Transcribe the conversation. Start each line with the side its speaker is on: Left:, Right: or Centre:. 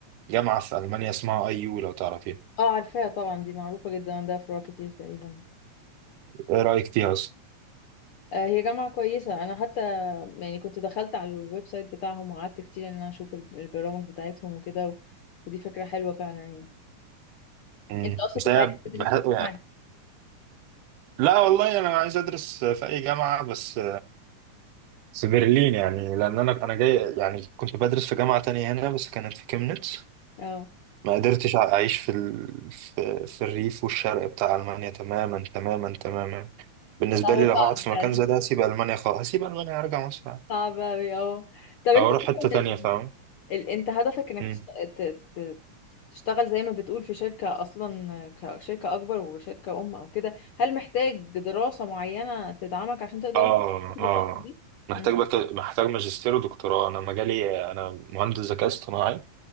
Right: جامعة في ألمانيا اسمها أي يو لو تعرفيها
Left: اه عارفاها طبعا دي معروفه جدا عندها فروع كتير تقريبا
Right: إيه رأيك فيها أصلا؟
Left: آه، هي جامعة كويسة أنا حتى يعني كنت دخلت على الويب سايت بتاعهم وقعدت كتير إن أنا أشوف الب- البرامج بتاعتهم وكده و... ودي فكرة حلوة فعلا يعني
Right: امم
Left: أنت أصلا
Right: بس
Left: كنت
Right: هي
Left: عايز تدرس
Right: بح...
Left: في الجامعة
Right: يعني
Left: دي
Right: لا والله أنا عايز أدرس في أي جامعة بس بس برلين يعني لان انا انا جاي يعني كنت بدرس في جامعه تانية هنا بس كانت في كيمنتس
Left: اه
Right: ما قدرتش اعيش في ال... في... في الريف والشرق بتاع المانيا تماما تماما تماما بالنسبه
Left: لا هو
Right: لي
Left: صعب
Right: لو هقعد في مكان
Left: فعلا
Right: زي ده هسيب المانيا خالص هسيب المانيا هرجع مصر عادي
Left: صعب أوي اه طب أنت
Right: او اروح
Left: أصلا
Right: حته تانية
Left: ال...
Right: فاهم
Left: ال... أنت هدفك إنك
Right: مم.
Left: تشت... ت... ت... تشتغل زي ما بتقول في شركة أصلا كشركة أكبر وشركة أم أو كده هل محتاج دراسة معينة تدعمك عشان تقدر
Right: اه
Left: إن أنت تاخد
Right: اه
Left: الخطوة دي؟
Right: محتاج
Left: مم.
Right: بك... محتاج ماجستير ودكتوراه انا مجالي انا مهندس ذكاء اصطناعي